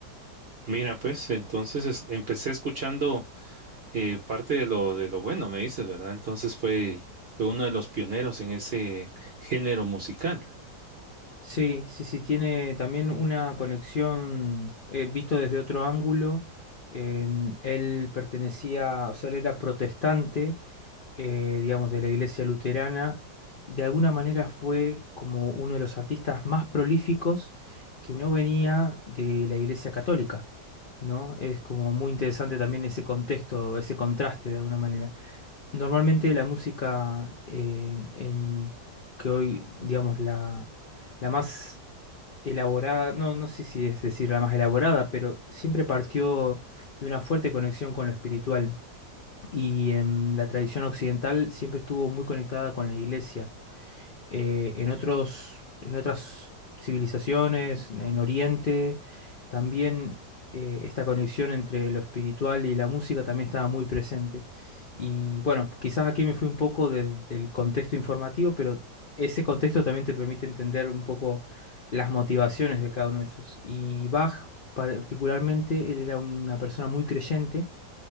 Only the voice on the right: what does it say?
Mira, pues, entonces es- empecé escuchando. eh, parte de lo, de lo bueno, me dices, ¿verdad? Entonces fue, fue uno de los pioneros en ese género musical.